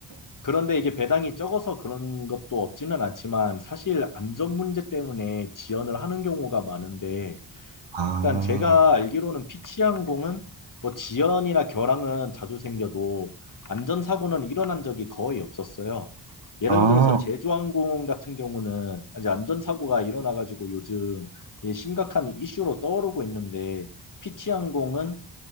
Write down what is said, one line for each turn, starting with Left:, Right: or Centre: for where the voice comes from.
Left: 그런데 이게 배당이 적어서 그런 것도 없지는 않지만 사실 안전 문제 때문에 지연을 하는 경우가 많은데
Right: <laughs> 아,
Left: 일단 제가 알기로는 피치항공은 뭐 지연이나 결항은 자주 생겨도 안전사고는 일어난 적이 거의 없었어요. 예를
Right: 아,
Left: 들어서 제주항공 같은 경우는 이제 안전사고가 일어나가지고 요즘 이 심각한 이슈로 떠오르고 있는데 피치항공은